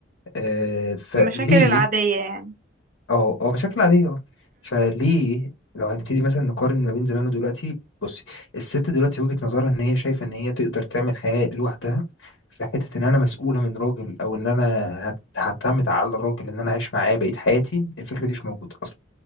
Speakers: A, on the left; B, on the right.
A: آه، فليه
B: المشاكل العادية يعني
A: اه اه مشاكل عادية اه فليه لو هنبتدي مثلا نقارن ما بين زمان ودلوقتي بصي الست دلوقتي وجهة نظرها ان هي شايفة ان هي تقدر تعمل حياة لوحدها في حتة ان انا مسؤولة من راجل او ان انا هت- هعتمد على الراجل ان انا اعيش معاه بقية حياتي الفكرة دي مش موجودة اصلا